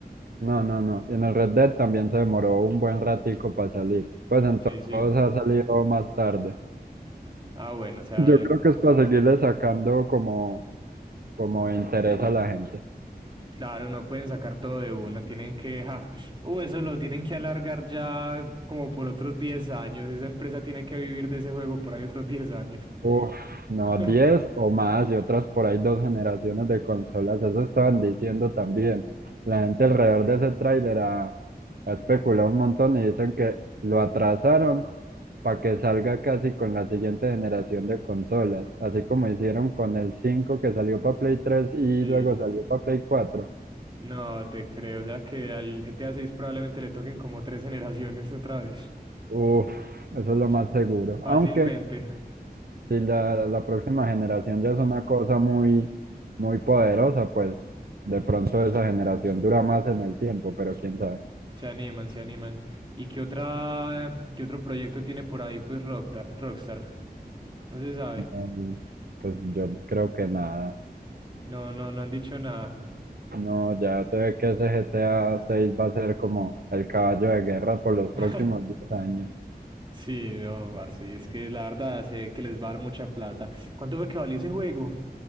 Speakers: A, on the right (about 70°); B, on the right (about 30°).
A: No, no, no. Y en el Red Dead también se demoró un buen ratico para salir. Pues en
B: Sí,
A: to-
B: sí.
A: todos ha salido más tarde.
B: Ah, bueno, o sea,
A: Yo creo
B: como.
A: que es para seguirle sacando como, como interés a la gente.
B: Claro, no pueden sacar todo de una, tienen que, ja, uh, eso lo tienen que alargar ya como por otros 10 años, esa empresa tiene que vivir de ese juego por ahí otros 10 años.
A: Uf, no,
B: <laughs>
A: 10 o más y otras por ahí dos generaciones de consolas, eso estaban diciendo también. La gente alrededor de ese tráiler ha, ha especulado un montón y dicen que lo atrasaron para que salga casi con la siguiente generación de consolas, así como hicieron con el 5 que salió para Play 3 y
B: Sí,
A: luego salió para Play 4.
B: no te creo, o sea que al GTA 6 probablemente le toquen como tres generaciones otra vez,
A: Uf, eso es lo más seguro.
B: fácilmente,
A: Aunque si la, la próxima generación ya es una cosa muy, muy poderosa, pues de pronto esa generación dura más en el tiempo, pero quién sabe.
B: se animan, se animan. ¿Y qué otra, qué otro proyecto tiene por ahí pues Rockta- Rockstar? No se sabe,
A: No, no, pues yo creo que nada.
B: no, no, no han dicho nada.
A: No, ya se ve que ese GTA 6 va a ser como el caballo de guerra por los próximos
B: <laughs>
A: 10 años.
B: Sí, no, parce, y es que la verdad sé que les va a dar mucha plata. ¿Cuánto fue que valió ese juego?